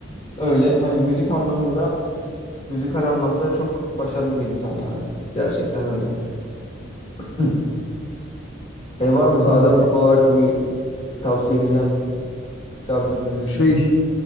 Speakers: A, on the left; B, on the left.
A: öyle hani müzik anlamında Müzikal anlamda çok başarılı bir insan yani. Gerçekten öyle. Hı. Şey var mı
B: Vallahi
A: Adem son
B: bir
A: olarak bir tavsiye edeceğin şarkıcı, müzisyen?
B: şey.